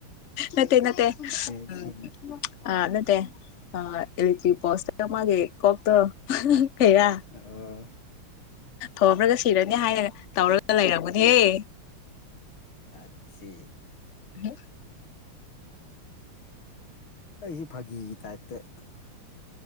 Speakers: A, on the left (about 50°); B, on the left (about 70°).
A: ꯅꯠꯇꯦ ꯅꯠꯇꯦ
B: ꯁꯤꯔꯤ
A: ꯎꯝ ꯑ ꯅꯠꯇ ꯑ ꯄꯣꯁ ꯃꯥꯒꯦꯣ ꯐꯦꯔꯌꯥ
B: ꯑ
A: ꯊꯣꯝꯃ꯭ꯔꯒ ꯁꯤꯔꯅꯤ ꯍꯥꯏꯅ ꯇꯧꯔꯒ ꯂꯩꯔꯝꯕꯅꯦꯍꯦ
B: ꯑꯆꯦ
A: ꯍ
B: ꯑꯩꯁꯤ ꯐꯥꯒꯤꯒꯤ ꯇꯥꯏꯞꯇ